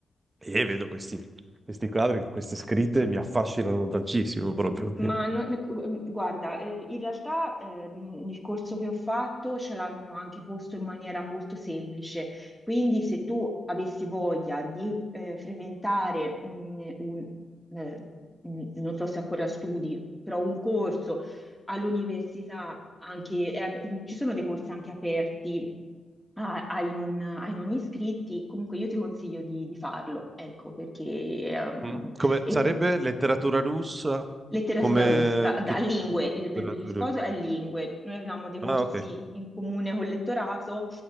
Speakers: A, on the right; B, in the centre.
A: E vedo questi, questi quadri, queste scritte mi affascinano tantissimo proprio.
B: M-
A: sì.
B: Ma non- guarda, eh, in realtà ehm, il corso che ho fatto ce l'hanno anche posto in maniera molto semplice, quindi se tu avessi voglia di eh, frequentare mh, un, eh, mh, non so se ancora studi, però un corso all'università, anche, è ap- ci sono dei corsi anche aperti Ah, hai non, ai non iscritti, comunque io ti consiglio di, di farlo, ecco, perché ehm,
A: Mm? Come
B: e
A: sarebbe letteratura russa?
B: letteratura
A: Come
B: rossa, da,
A: che...
B: lingue,
A: letteratura-
B: il, il coso è lingue, noi avevamo dei corsi
A: Ah, ok.
B: in comune col lettorato